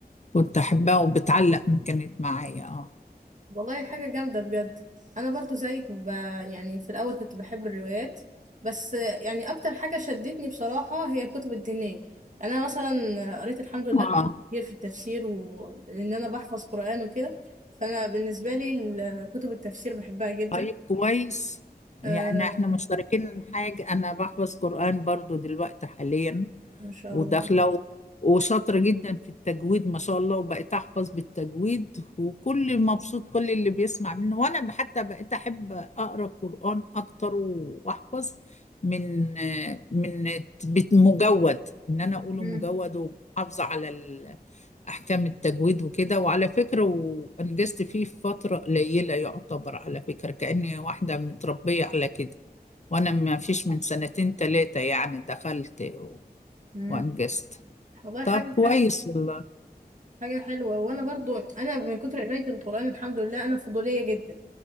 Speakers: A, on the left; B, on the right.
A: كنت أحبها وبتعلق كانت معايا اه
B: والله حاجة جامدة بجد أنا برضو زيك ب... يعني في الأول كنت بحب الروايات بس يعني أكتر حاجة شدتني بصراحة هي الكتب الدينية يعني أنا مثلا قريت الحمد لله
A: اه
B: كتير في التفسير وإن أنا بحفظ قرآن وكده فأنا بالنسبة لي ال- كتب التفسير بحبها جدا
A: طيب كويس
B: آه
A: يعني احنا مشتركين حاجة أنا بحفظ قرآن برضو دلوقتي حاليا
B: ما شاء
A: وداخله
B: الله
A: و- وشاطره جدا في التجويد ما شاء الله وبقيت احفظ بالتجويد وكل مبسوط كل اللي بيسمع منه وانا حتى بقيت احب اقرا قران اكتر و- واحفظ من آه، من الت- بت- مجود ان انا اقوله
B: مم.
A: مجود ومحافظه على ال- احكام التجويد وكده وعلى فكره وانجزت فيه في فتره قليله يعتبر على فكره كاني واحده متربيه على كده وانا ما فيش من سنتين ثلاثه يعني دخلت و-
B: مم.
A: وانجزت
B: والله
A: طب
B: حاجة
A: كويس
B: حلوة
A: والله
B: حاجة حلوة وأنا برضو أنا من كتر قراية القرآن الحمد لله أنا فضولية جدا